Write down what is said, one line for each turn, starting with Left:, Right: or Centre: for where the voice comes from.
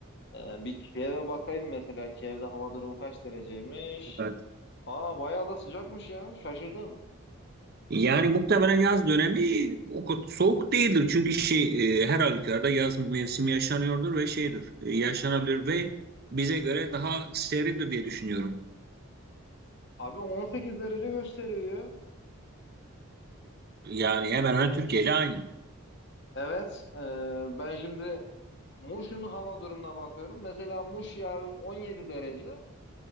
Left: E, bir Kiev'e bakayım mesela. Kiev'de hava durumu kaç dereceymiş?
Right: Evet.
Left: Aa bayağı da sıcakmış ya. Şaşırdım.
Right: Yani muhtemelen yaz dönemi o kadar soğuk değildir. Çünkü şey e, her halükarda yaz mevsimi yaşanıyordur ve şeydir e, yaşanabilir ve bize göre daha serindir diye düşünüyorum.
Left: Abi 18 derece gösteriyor.
Right: Yani hemen
Left: Yani
Right: hemen Türkiye ile aynı.
Left: evet. e, ben şimdi Muş'un hava durumuna bakıyorum. Mesela Muş yarın 17 derece.